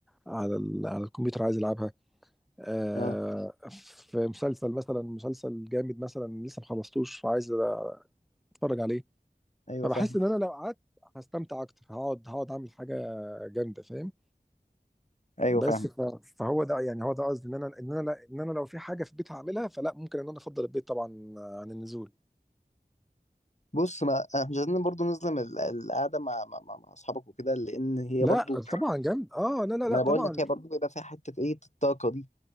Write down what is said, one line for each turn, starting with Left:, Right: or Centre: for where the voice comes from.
Centre: على ال... على الكمبيوتر عايز العبها آه...
Left: اه
Centre: في مسلسل مثلا مسلسل جامد مثلا لسه ما خلصتوش فعايز اتفرج عليه
Left: ايوه
Centre: فبحس
Left: فاهم
Centre: ان انا لو قعدت هستمتع اكتر هقعد هقعد اعمل حاجه جامده فاهم
Left: ايوه
Centre: بس
Left: فاهم
Centre: ف- فهو ده يعني هو ده قصدي ان انا ان انا لا- ان انا لو في حاجه في البيت هعملها فلا ممكن ان انا افضل البيت طبعا عن النزول
Left: بص ما آه، مش عايزين برضه نظلم ال- القعده مع مع مع مع اصحابك وكده لان هي
Centre: لا
Left: برضه
Centre: طبعا جامد اه لا لا لا
Left: ما انا
Centre: طبعا
Left: بقول لك هي برضو بيبقى فيها حته ايه الطاقه دي